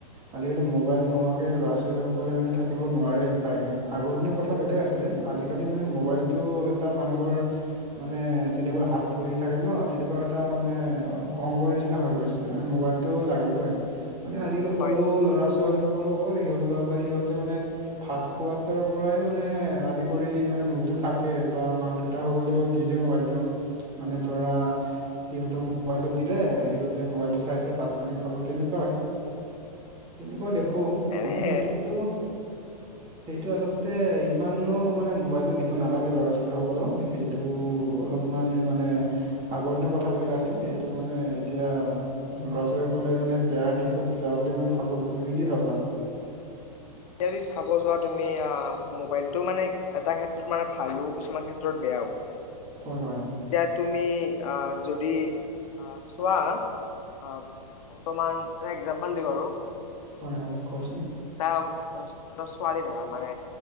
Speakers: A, on the right; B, on the left.
A: আজি-কালি ম'বাইল নোহোৱাকে ল'ৰা ছোৱালী সকলে মানে থাকিব নোৱাৰে প্ৰায়ে আগৰ
B: উম,
A: দিনৰ কথা বেলেগ আছিলে
B: উম।
A: আজি-কালি মানে ম'বাইলটো
B: কথা বেলেগ আছিল।
A: এটা মানুহৰ মানে যেনেকুৱা হাত ভৰি থাকে ন তেনেকুৱা এটা মানে
B: উম,
A: অংগৰ নিচিনা হৈ গৈছে। মানে ম'বাইলটো
B: উম,
A: লাগিবই
B: উম।
A: মানে আজি-কালি সৰু
B: হয়।
A: ল'ৰা ছোৱালী সকলোকো দেখলৈ পাওঁ বা সিহঁতে মানে
B: উম
A: ভাত খোৱাতৰ পৰাই মানে আদি কৰি মানে মুখতো থাকে বা মাক দেউ তা সকলেও দি
B: উম,
A: দিয়ে ম'বাইলটো মানে ধৰা
B: উম,
A: সিহঁতক মোবাইলটো দিলে সিহঁ তে ম'বাইলটো চাইছে
B: উম, উম,
A: ভাত পানী খাব তেনেকুৱাই হয়
B: উম,
A: তেনেকুৱা
B: উম।
A: দেখো
B: এনে
A: মানে সেইটোতো
B: উম,
A: সেইটো আচলতে ইমানো মানে মোবাইলটো দিব নালাগে ল'ৰা ছোৱালীসকলক সেই এইটো
B: নালাগে নালাগে
A: অলপমান মানে
B: উম,
A: আগৰ দিনৰ কথা বেলেগ আছিল সেইটো মানে এতিয়া
B: উম,
A: ল'ৰা ছোৱালী সকলে মানে বেয়া দিশত যোৱা বুলি
B: উম,
A: মই ভাবোঁ তুমি কি
B: উম,
A: ভাবা
B: উম এতিয়া এই চাব যোৱা তুমি আ মোবাইলটো মানে এটা ক্ষেত্ৰত মানে ভালো কিছুমান ক্ষেত্ৰত বেয়াও <inaudible>
A: হয় হয়
B: এতিয়া তুমি আহ যদি আহ চোৱা আহ বৰ্তমান এটা এক্জাম্পল দিওঁ আৰু
A: হয় হয় কওকচোন
B: <unintelligible> এটা ছোৱালী ধৰা মানে